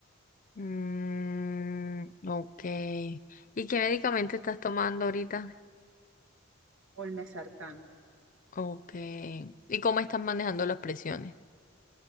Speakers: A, on the left; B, on the right.
A: Mm, ok. ¿Y qué medicamento estás tomando ahorita?
B: o el mesartán
A: Ok. ¿Y cómo estás manejando las presiones?